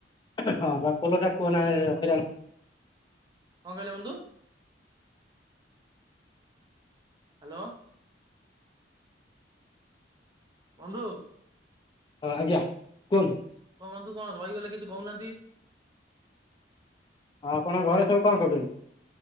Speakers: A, on the left; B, on the right.
A: ହଁ ବା ପୋଲଟା କୁହ ନା ହଇରାଣ
B: କଣ କହିଲେ ବନ୍ଧୁ? ହ୍ୟାଲୋ ବନ୍ଧୁ।
A: ହଁ ଆଜ୍ଞା କୁହନ୍ତୁ।
B: କଣ ବନ୍ଦୁ କଣ ରହିଗଲେ କିଛି କହୁନାହାନ୍ତି?
A: ଆଉ ଆପଣଙ୍କ ଘରେ ସବୁ କଣ କରୁଛନ୍ତି?